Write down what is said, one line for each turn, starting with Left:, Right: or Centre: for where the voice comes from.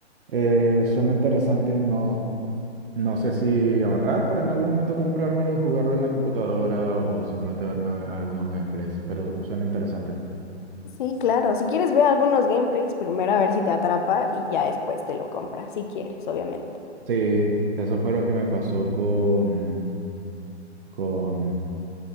Right: eh, suena interesante. No, no sé si ahorrar para en algún momento comprármelo y jugarlo en la computadora o simplemente verme algunos gameplays, pero suena interesante.
Left: Sí, claro. Si quieres, ve algunos gameplays primero a ver si te atrapa y ya después te lo compras, si quieres, obviamente.
Right: Sí, eso fue lo que me pasó con, con